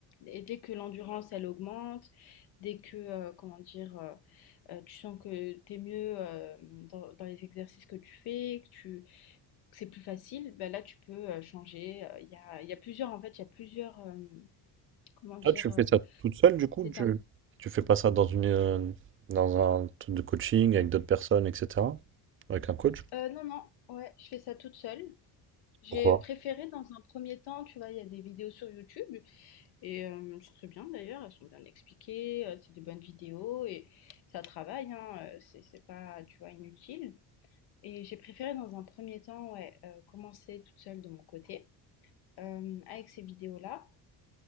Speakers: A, on the left; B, on the right.
A: Et dès que l'endurance, elle augmente, dès que, euh, comment dire, euh, euh, tu sens que t'es mieux euh, dans, dans les exercices que tu fais, que tu, que c'est plus facile, ben là, tu peux euh, changer. Euh, Il y a, il y a plusieurs, en fait, il y a plusieurs, euh, comment dire,
B: Toi, tu
A: euh,
B: fais ça toute seule, du coup?
A: étapes.
B: Tu, tu fais pas ça dans une, euh, dans un truc de coaching avec d'autres personnes, etc. Avec un coach?
A: Euh, non, non, ouais, je fais ça toute seule. J'ai
B: Pourquoi?
A: préféré dans un premier temps, tu vois, il y a des vidéos sur YouTube et euh, c'est très bien d'ailleurs, elles sont bien expliquées, euh, c'est des bonnes vidéos et ça travaille, hein, euh, c'est c'est pas, tu vois, inutile. Et j'ai préféré dans un premier temps, ouais, euh, commencer toute seule de mon côté euh, avec ces vidéos-là